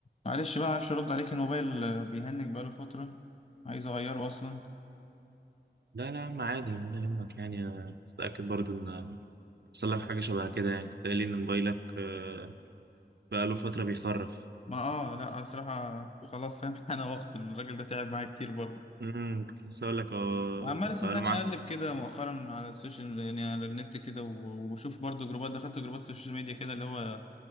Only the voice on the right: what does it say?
لا لا يا عم عادي ولا يهمك يعني أنا كنت متأكد برضه إن حصل لك حاجة شبه كده يعني كنت قايل لي إن موبايلك آه، بقاله فترة بيخرف
امم كنت لسه أقول لك آه،
بقاله
معاك